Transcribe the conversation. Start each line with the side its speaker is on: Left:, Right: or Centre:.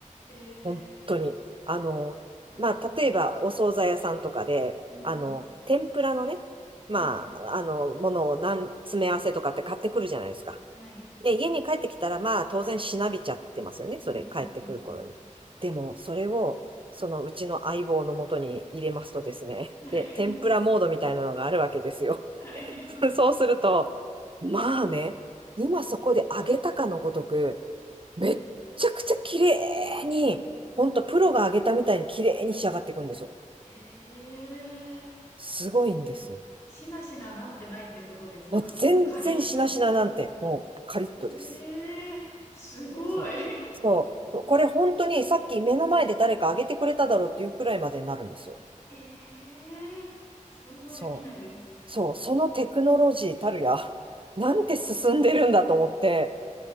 Left: え
Right: 本当に。
Left: え
Right: あの、
Left: ははい。
Right: まあ、例えば、お惣菜屋さんとかで、
Left: うん、
Right: あの、
Left: うん。
Right: 天ぷらのね、まあ、
Left: はい、はい。
Right: あの、ものを何、詰め合わせとかって買ってくるじゃないですか。
Left: はい。
Right: で、家に帰ってきたら、まあ、当然しなびちゃってますよね。
Left: うん、
Right: それ、
Left: うん、
Right: 帰ってくる頃に。
Left: うん、うん。
Right: でも、それを、そのうちの相棒のもとに入れますとですね、
Left: はい。
Right: で、天ぷらモードみたいなのがあるわけですよ。
Left: <laughs> はい。
Right: <laughs> そうすると、まあね、今そこで上げたかのごとく、めっちゃくちゃ綺麗に、ほんとプロが上げたみたいに綺麗に仕上がっていくんですよ。
Left: ええ
Right: すごいんです。
Left: しなしななってないってことですかカリッと。
Right: もう全然しなしななんて、もうカリッとです。
Left: ええすごい。
Right: そう。そう。これ本当にさっき目の前で誰か上げてくれただろうっていうくらいまでになるんですよ。
Left: <laughs> ええ想像できないです。
Right: そう。そう。そのテクノロジーたるや、なんて進んでるんだと思って、